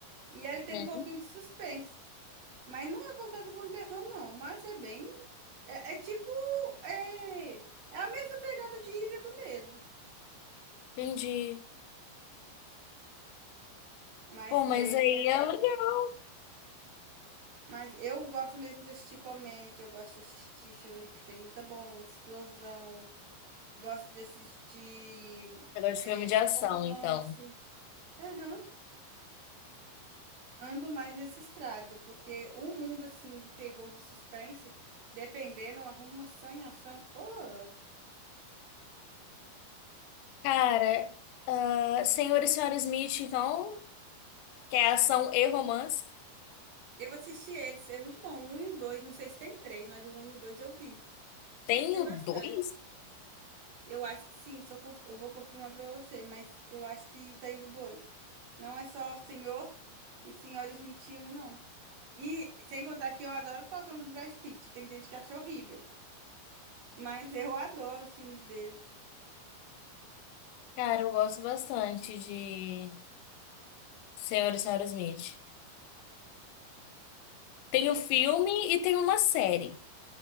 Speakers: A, on the right; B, on the left.
A: E ele tem
B: Hum.
A: um pouquinho de suspense. Mas não é voltado para um terror, não. Mas é bem. É, é tipo. É, é a mesma pegada de Ilha do Medo.
B: Entendi.
A: Mas
B: Bom, mas
A: é, é
B: aí é
A: legal.
B: legal.
A: Mas eu gosto mesmo de assistir comédia. Eu gosto de assistir filme que tem muita bomba, muita explosão. Gosto de assistir
B: agora de filme
A: é,
B: de ação,
A: romance.
B: então.
A: Aham. Ando mais nessa estrada, porque o mundo, assim, do terror, do suspense, dependendo, arruma uma sonhação horrorosa.
B: Cara, ah, Senhor e Senhora Smith, então, que é ação e romance.
A: Eu assisti eles, é muito bom. O um e o dois, não sei se tem três, mas o um e o dois eu vi.
B: Tenho
A: Gostei bastante.
B: dois?
A: Eu acho que sim, se eu, conf- eu vou confirmar pra você, mas eu acho que tem o dois. Não é só Senhor e Senhora Smith um não. E sem contar que eu adoro a atuação do Brad Pitt. Tem gente que acha horrível, mas eu adoro os filmes dele.
B: Cara, eu gosto bastante de Senhor e Senhora Smith. Tem o filme e tem uma série.